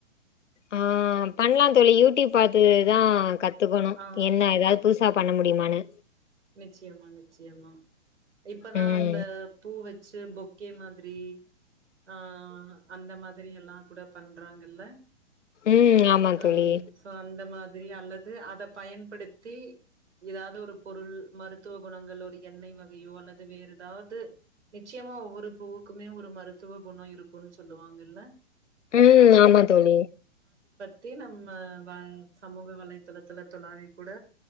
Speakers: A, on the left; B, on the right.
A: ஆஹ் பண்ணலாம் தோழி யூடியூப் பார்த்ததா கத்துக்கணும்
B: ஆ
A: என்ன ஏதாவது புதுசு பண்ண முடியுமான்னு
B: நிச்சயமா நிச்சயமா இப்பதா
A: ம்
B: அந்த பூ வச்ச பொக்கே மாதிரி ஆஹ் அந்த மாதிரி எல்லாம் கூட பண்றாங்கல்ல
A: ம் ஆமா
B: ஆஹ்
A: தோழி
B: சோ அந்த மாதிரி அல்ல அது அத பயன்படுத்தி ஏதாவது ஒரு பொருள் மருத்துவ குணங்கள் ஒரு எண்ணெய் வகையோ அல்லது வேற ஏதாவது நிச்சயமா ஒவ்வொரு பூவுக்குமே ஒரு மருத்துவ குணம் இருக்கும்ன்னு சொல்லுவாங்கல்ல
A: உம் ஆமா தோழி
B: தி நம்ம சமூக வலைதளத்துல தொழாவி கூட